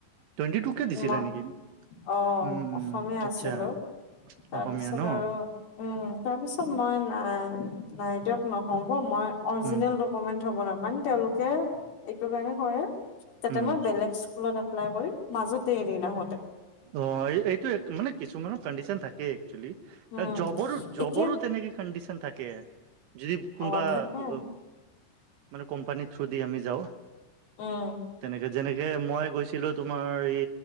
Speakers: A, on the right; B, on the left.
A: টুৱেণ্টি টু কে দিছিলে
B: মই
A: নেকি?
B: অ
A: উম
B: অসমীয়া
A: আচ্ছা
B: আছিলো, তাৰপিছত
A: অসমীয়া ন
B: আৰু উম তাৰপিছত মই নাই নাই দিয়ক নহ'ব মই অৰিজিনেল
A: উম
B: ডকুমেন্ট থব নাপাৰিম। তেওঁলোকে এইটো কাৰণে কৰে যাতে
A: উম
B: মই বেলেগে স্কুলত এপলাই কৰি মাজতে এৰি নাহ
A: অ এই এইটো মানে কিছুমানৰ কণ্ডিচন থাকে একচুৱেলি।
B: উম
A: জবৰো জবৰো
B: এতিয়া
A: তেনেকে কণ্ডিশন থাকে যদি কোনোবা
B: অ থাকে
A: উ মানে কোম্পানী থ্ৰু দি আমি যাওঁ।
B: উম।
A: তেনেকে যেনেকে মই গৈছিলো তোমাৰ এই